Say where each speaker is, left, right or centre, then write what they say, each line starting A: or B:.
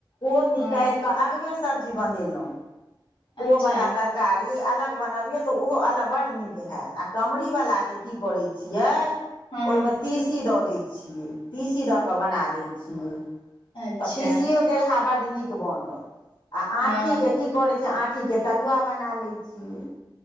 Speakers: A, on the left; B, on the left.
A: ओ निकालि
B: हँ
A: कऽ अगबे सब्जी बनेलहुँ।
B: अच्छा
A: ओ बला तरकारी तरकारी अलग बनबियौ तऽ ओहो अलग बड नीक होैत आ कमरीवलाके की करैत छियै।
B: हँ
A: ओहिमे तीसी दऽ दैत छियै तीसी दऽ कऽ बना दैत छियै।
B: अच्छा
A: तऽ तीसियो देलहा बड नीक बनल आ आँठी
B: हँ
A: के की। की करै छ छी आँठीके तरुआ बना लैत छी।